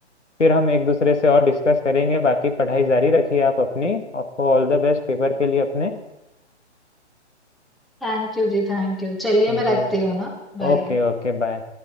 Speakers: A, on the left; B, in the centre.
A: फिर हम एक दूसरे से और डिस्कस करेंगे बाकी पढ़ाई जारी रखिए आप अपनी आपको ऑल द बेस्ट पेपर के लिए अपने
B: थैंक यू जी, थैंक यू। चलिए मैं
A: जी
B: रखती हूँ ना, बाय।
A: ओके ओके बाय